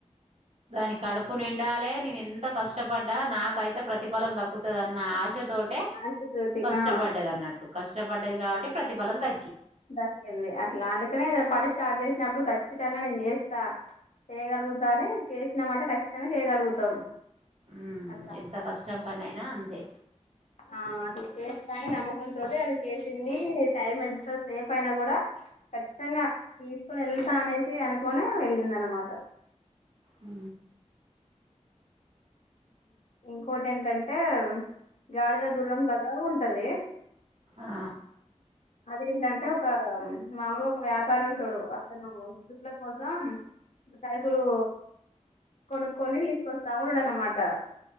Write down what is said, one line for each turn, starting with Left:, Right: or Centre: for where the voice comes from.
Right: దాని కడుపు నిండాలే నేను ఎంత కష్టపడ్డా నాకైతే ప్రతిఫలం దక్కు దన్న ఆశ తోటే
Left: ద్రాక్ష తోటి
Right: కష్టపడ్డది
Left: ఆ
Right: అన్నట్టు కష్టపడ్డది కాబట్టి ప్రతిఫలం దా
Left: దక్కింది అట్లా అందుకనే కదా పని స్టార్ట్ చేసినప్పుడు ఖచ్చితంగా నేను చేస్తా చేయగలుగుతానే చేసినమాంటే ఖచ్చితంగా చేయగలుగుతాం
Right: ఉ
Left: అట్లా
Right: ఎంత కష్టం పని అయినా అంతే
Left: ఆ అది చేస్తాని నమ్మకంతోటి అది చేసింది టైం ఎంత సేపు అయినా కూడా ఖచ్చితంగా తీసుకొని వెళ్తా అనేసి అనుకుని వెళ్ళింది అనమాట
Right: ఉ
Left: ఇంకోటి ఏంటంటే గాడిద గుర్రం కథలు ఉంట ఉంటదే
Right: ఆ
Left: అదేంటంటే ఒక మాముూలు ఒక వ్యాపారి ఉంటాడు అతను సరుపుల కోసం సరుకులు కొనుక్కొని తీసుకొస్తా ఉన్నాడు అన్నమాట తా